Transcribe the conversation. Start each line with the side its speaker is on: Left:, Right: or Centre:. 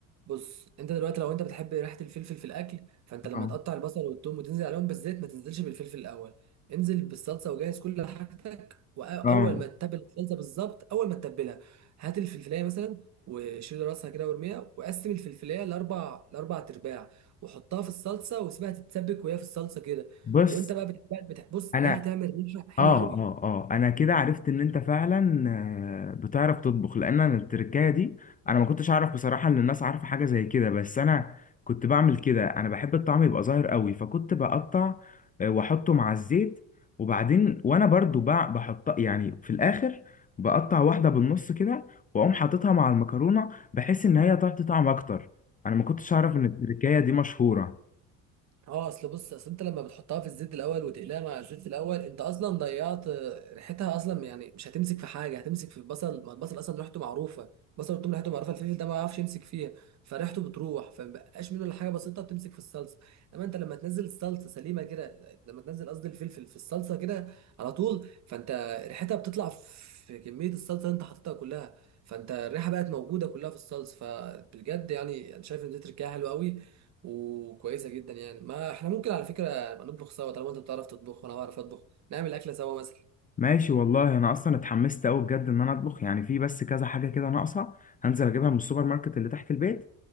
Right: بص انت دلوقتي لو انت بتحب ريحه الفلفل في الاكل فانت لما
Left: اه
Right: تقطع البصل والثوم وتنزل عليهم بالزيت ما تنزلش بالفلفل الاول انزل بالصلصه وجهز كل حاجتك واول
Left: اه
Right: ما تتبل الصلصه بالظبط اول ما تتبلها هات الفلفلايه مثلا وشيل راسها كده وارميها وقسم الفلفلايه لاربع لاربع ارباع وحطها في الصلصه وسيبها تتسبك وهي في الصلصه كده
Left: بص
Right: وانت بقى بتحب بتح- بص ده
Left: انا
Right: هتعمل ريحه حلوه
Left: اه
Right: قوي
Left: اه اه انا كده عرفت ان انت فعلا آه، بتعرف تطبخ لان انا التركايه دي انا ما كنتش اعرف بصراحه ان الناس عارفه حاجه زي كده بس انا كنت بعمل كده انا بحب الطعم يبقى ظاهر قوي فكنت بقطع آه، واحطه مع الزيت وبعدين وانا برضو بع- بحط يعني في الاخر بقطع واحده بالنص كده واقوم حاططها مع المكرونه بحيث ان هي تعطي طعم اكتر انا ما كنتش اعرف ان التركايه دي مشهوره
Right: اه اصل بص اصل انت لما بتحطها في الزيت الاول وتقليها مع الزيت الاول انت اصلا ضيعت آه، ريحتها اصلا يعني مش هتمسك في حاجه هتمسك في البصل ما البصل اصلا ريحته معروفه البصل والثوم ريحته معروفه الفلفل ده ما يعرفش يمسك فيها فريحته بتروح فمبقاش منه الا حاجه بسيطه بتمسك في الصلصه انما انت لما تنزل الصلصه سليمه كده لما تنزل قصدي الفلفل في الصلصه كده على طول فانت ريحتها بتطلع في كميه الصلصه اللي انت حاططها كلها فانت الريحه بقت موجوده كلها في الصلصه فبجد يعني انا شايف ان دي تركيبه حلوه قوي وكويسه جدا يعني ما احنا ممكن على فكره نبقى نطبخ سوا طالما انت بتعرف تطبخ وانا بعرف اطبخ نعمل اكله سوا مثلا
Left: ماشي والله انا اصلا اتحمست قوي بجد ان انا اطبخ يعني في بس كذا حاجه كده ناقصه هنزل اجيبها من السوبر ماركت اللي تحت البيت